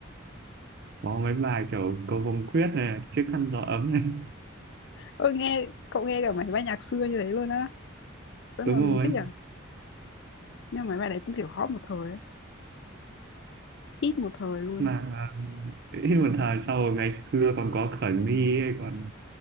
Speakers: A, on the right; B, on the left.
A: có mấy bài kiểu cầu vồng quyết này chiếc khăn gió ấm này <laughs>
B: Ơ, nghe cậu nghe cả mấy bài nhạc xưa như thế luôn á. Tớ
A: đúng
B: còn
A: rồi
B: thích à. Nhưng mà mấy bài đấy cũng, kiểu, hot một thời ấy, hit một thời luôn.
A: mà à, ít một thời sau rồi ngày xưa còn có Khởi My ấy, còn